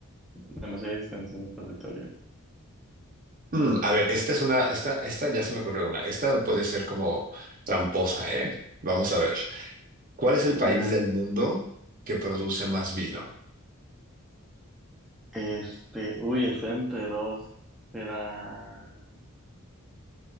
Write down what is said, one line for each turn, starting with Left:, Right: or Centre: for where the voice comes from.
Centre: demasiada extensión de territorio.
Right: Mm, a ver, esta es una, esta, esta ya se me ocurrió una. Esta puede ser como tramposa, ¿eh? Vamos a ver. ¿Cuál es el
Centre: A
Right: país
Centre: ver,
Right: del mundo que produce más vino?
Centre: este, uy, estoy entre dos. Será